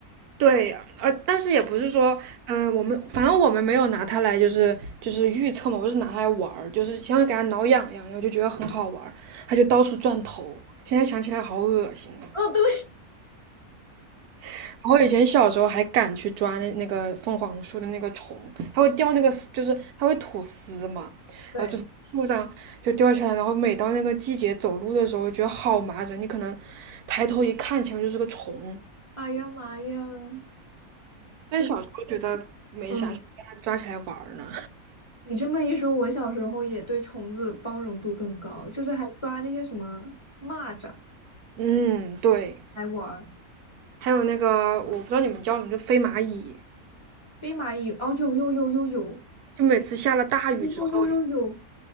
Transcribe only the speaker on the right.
对，而但是也不是说，嗯、我们反正我们没有拿它来就是就是预测嘛，我是拿它来玩儿，就是想给它挠痒痒，然后就觉得很好玩儿，它就到处转头。现在想起来好恶心啊
然后以前小时候还敢去抓那那个凤凰树的那个虫，它会掉那个丝，就是它会吐丝嘛，
然后就从树上就掉下来，然后每到那个季节走路的时候，觉得好麻人。你可能抬头一看，前面就是个虫，
但小时候觉得没啥，
给它抓起来玩儿呢。
嗯，对，
还有那个我不知道你们叫什么，就飞蚂蚁，
就每次下了大雨之后，